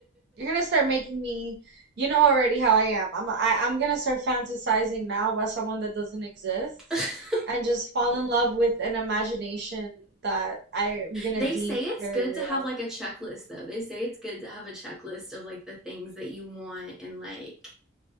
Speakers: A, on the right; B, in the centre.
A: You're gonna start making me, you know already how I am. I'm I, I'm gonna start fantasizing now about someone that doesn't exist
B: <laughs>
A: and just fall in love with an imagination that I am gonna
B: They
A: deem
B: say it's
A: very
B: good
A: real.
B: to have like a checklist though. They say it's good to have a checklist of like the things that you want and like